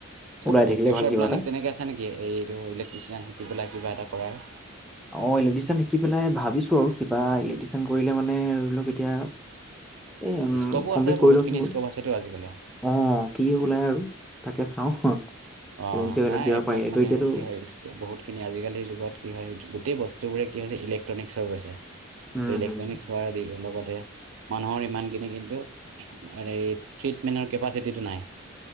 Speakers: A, on the right; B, in the centre.
A: তাকে
B: ওলাই থাকিলে
A: ফিউচাৰ
B: ভাল কিবা
A: প্লানিং
B: এটা
A: তেনেকে আছে নেকি এইটো ইলেক্ট্ৰিচিয়ান শিকি পেলাই কিবা এটা কৰাৰ।
B: অ' ইলেক্ট্ৰিচিয়ান শিকি পেলাই ভাবিছো আৰু কিবা ইলেক্ট্ৰিচিয়ান কৰিলে মানে ধৰি লওক এতিয়া উম,
A: স্কপো
B: কমপ্লিট
A: আছে বহুতখিনি
B: কৰি লওঁচোন বাৰু,
A: স্কপ আছেতো আজিকালি
B: অ' কি ওলাই আৰু। তাকে চাওঁ <unintelligible>
A: অ'
B: এন চি এল
A: নাই
B: ত কিবা
A: এইবিলাক
B: পাৰিলেতো
A: মানে
B: এতিয়াতো
A: কি হয় বহুত খিনি আজিকালি যুগত কি হয় গোটেই বস্তুবোৰে কি হৈছে ইলেক্ট্ৰনিক্ছ হৈ গৈছে,
B: উম
A: ত' ইলেক্ট্ৰনিক্স
B: উম
A: হোৱাৰ লগত মানুহৰ ইমানখিনি কিন্তু আৰেই ট্ৰিতমেনৰ কেপাচিটিটো নাই।